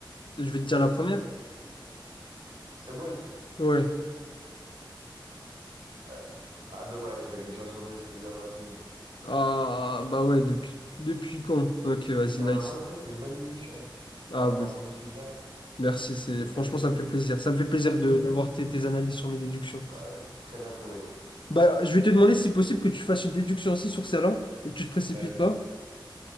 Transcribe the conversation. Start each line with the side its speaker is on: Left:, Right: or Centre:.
Left: Je vais te dire la première.
Right: Subway?
Left: Ouais.
Right: Euh, ah, dommage. T'avais une chance sur deux. C'était Burger King.
Left: Ah bah ouais, depuis, depuis quand? Ok, vas-y,
Right: Mais c'était
Left: nice.
Right: un- en tout cas, c'était une bonne déduction par
Left: Ah
Right: rapport
Left: bah,
Right: à Domino's Pizza, là.
Left: merci, c'est
Right: J'ai-
Left: franchement
Right: T'as bien trouvé.
Left: ça me fait plaisir. Ça me fait plaisir
Right: Bien
Left: de
Right: trouvé.
Left: d'avoir tes, tes analyses sur mes déductions.
Right: Ouais, très bien trouvé.
Left: Bah, je vais te demander si possible que tu fasses une déduction aussi sur celle-là et que tu te précipites
Right: Vas-y.
Left: pas.